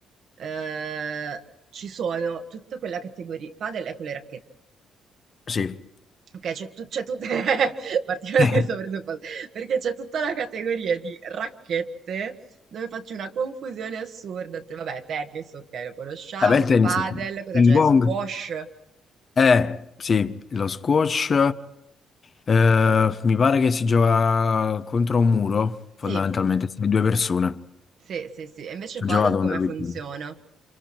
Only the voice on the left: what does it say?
Sì.
<laughs>
Vabbè, il tennis,
ok.
ping
pong.
Eh, sì, lo squash, eh, mi pare che si gioca contro un muro, fondamentalmente,
se due persone.
Ci ho
giocato
quando ero
piccolo.